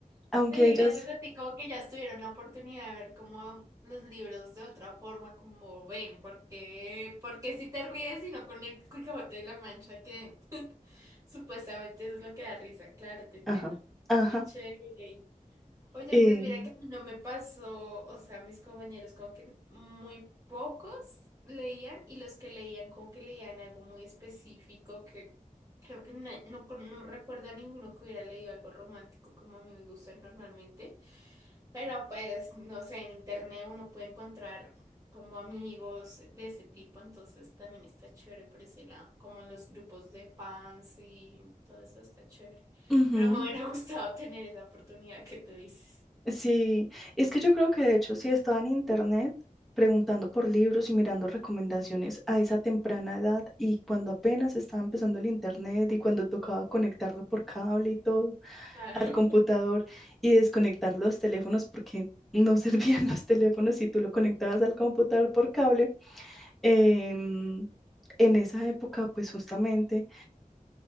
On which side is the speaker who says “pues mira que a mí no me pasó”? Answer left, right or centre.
Right